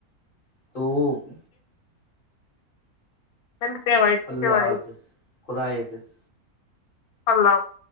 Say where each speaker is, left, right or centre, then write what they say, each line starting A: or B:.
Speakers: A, on the left; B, on the left.
A: تو <inaudible>
B: ملتے ہیں بھائی ٹھیک
A: اللہ
B: ہے بھائی
A: حافظ خدائ پس
B: اللہ حفظ